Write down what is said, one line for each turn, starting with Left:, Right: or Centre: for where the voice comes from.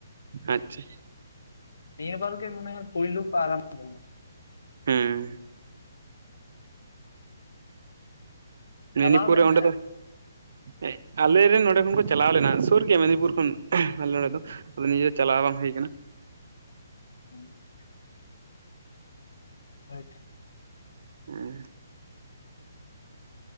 Right: ᱟᱪᱪᱷᱟ
Left: ᱱᱤᱭᱟᱹ ᱵᱟᱨ ᱜᱮ ᱢᱚᱱᱮ ᱦᱚᱭ ᱯᱩᱭᱞᱩ ᱠᱚ ᱟᱨᱟᱢᱵᱚ
Right: ᱦᱮᱸ
Left: ᱪᱟᱞᱟᱣ
Right: ᱢᱮᱱᱤᱯᱩᱨᱩᱨ
Left: ᱞᱮᱱ
Right: ᱚᱰᱮ
Left: ᱛᱟᱦᱮᱸᱫ
Right: ᱫᱚ ᱦᱮᱸ ᱟᱞᱮᱨᱮᱱ ᱱᱚᱸᱰᱮ ᱠᱷᱚᱱ ᱠᱚ ᱪᱟᱞᱟᱣ ᱞᱮᱱᱟ ᱥᱩᱨ ᱜᱮᱭᱟ ᱢᱚᱫᱱᱤᱯᱩᱨ ᱠᱷᱚᱱ ᱟᱞᱮ ᱱᱚᱸᱰᱮ ᱫᱚ ᱟᱫᱚ ᱱᱤᱡᱮ ᱪᱟᱞᱟᱣ ᱵᱟᱝ ᱦᱩᱭ ᱠᱟᱱᱟ
Left: <unintelligible> ᱦᱚᱭ ᱛᱚ
Right: ᱮᱸ